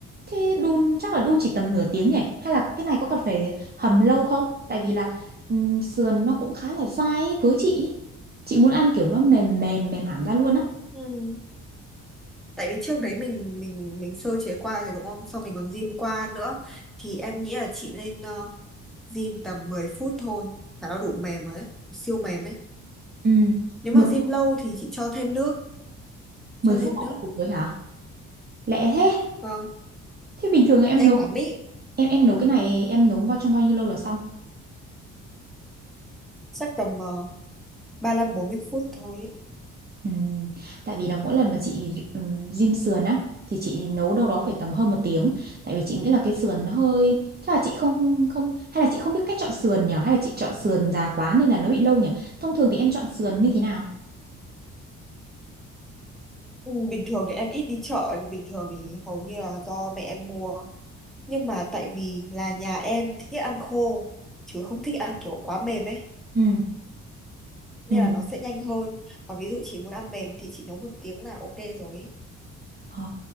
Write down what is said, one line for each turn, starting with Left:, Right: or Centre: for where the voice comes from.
Right: thế đun chắc là đun chỉ tầm nửa tiếng nhỉ? Hay là cái này có cần phải hầm lâu không? Tại vì là ừm, sườn nó cũng khá là dai ấy, với chị. ý. Chị muốn ăn kiểu nó mềm mềm mềm hẳn ra luôn á.
Centre: Ừ. tại vì trước đấy mình mình mình sơ chế qua rồi đúng không xong mình còn rim qua nữa thì em nghĩ là chị nên uh, rim tầm 10 phút thôi là nó đủ mềm rồi ấy siêu mềm ấy
Right: Ừ,
Centre: nếu
Right: mười
Centre: mà rim
Right: mười
Centre: lâu thì chị cho thêm nước cho
Right: phút
Centre: thêm nước
Right: là đã đủ rồi hả? Lẹ thế.
Centre: vâng
Right: Thế bình thường em
Centre: nhanh
Right: nấu
Centre: lắm ý
Right: em em nấu cái này em nấu vào trong bao nhiêu lâu là xong?
Centre: chắc tầm uh, ba lăm bốn mươi phút thôi ý.
Right: Ừm, tại vì là mỗi lần mà chị ừm, rim sườn á thì chị nấu đâu đó phải tầm hơn một tiếng tại vì chị nghĩ là cái sườn nó hơi chắc là chị không không hay là chị không biết cách chọn sườn nhỉ hay là chị chọn sườn già quá nên là nó bị lâu nhỉ thông thường thì em chọn sườn như thế nào
Centre: Ừ, bình thường thì em ít đi chợ bình thường thì hầu như là do mẹ em mua nhưng mà tại vì là nhà em thích ăn khô chứ không thích ăn kiểu quá mềm ấy
Right: Ừ,
Centre: nên
Right: ừ.
Centre: là nó sẽ nhanh hơn còn ví dụ chị muốn ăn mềm thì chị nấu một tiếng là ok rồi ấy.
Right: Ồ,